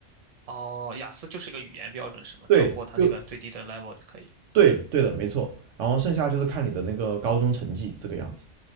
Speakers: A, on the right; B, on the right.
A: 哦，雅思就是一个语言标准是吗？
B: 对，
A: 只要过它那个最低的
B: 就
A: level 就可以。
B: 对对的，没错。然后剩下就是看你的那个高中成绩这个样子。